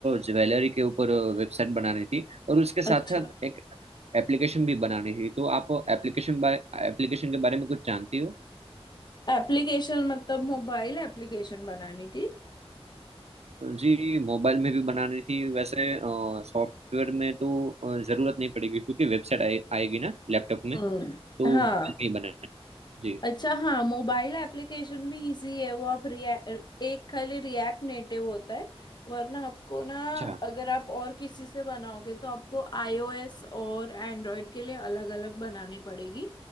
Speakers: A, on the right; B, on the left.
A: ज्वेलरी के ऊपर वेबसाइट बनानी थी और उसके साथ
B: अच्छा
A: साथ एक एप्लीकेशन भी बनानी थी तो आप एप्लीकेशन बाय एप्लीकेशन के बारे में कुछ जानती हो
B: एप्लीकेशन मतलब मोबाइल एप्लीकेशन बनानी थी
A: जी मोबाइल में भी बनानी थी वैसे सॉफ्टवेयर में तो अ, जरूरत नहीं पड़ेगी क्योंकि वेबसाइट आए, आएगी ना लैपटॉप में
B: हम्म
A: तो
B: हाँ
A: मोबाइल में ही बनाना है। जी
B: अच्छा हाँ मोबाइल एप्लीकेशन भी इजी है वो आप रिएक्ट एक खाली रिएक्ट नेटिव होता है वरना आपको ना
A: अच्छा
B: अगर आप और किसी से बनाओगे तो आपको आईओएस और एंड्रॉयड के लिए अलग अलग बनानी पड़ेगी